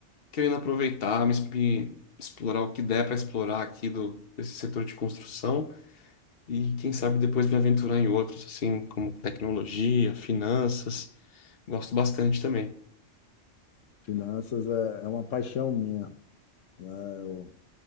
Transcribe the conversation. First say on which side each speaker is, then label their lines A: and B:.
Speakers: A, on the left; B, on the left.
A: querendo aproveitar, me, me explorar o que der para explorar aqui do desse setor de construção e quem sabe depois me aventurar em outros, assim como tecnologia, finanças. Gosto bastante também.
B: Finanças é, é uma paixão minha, né? Eu,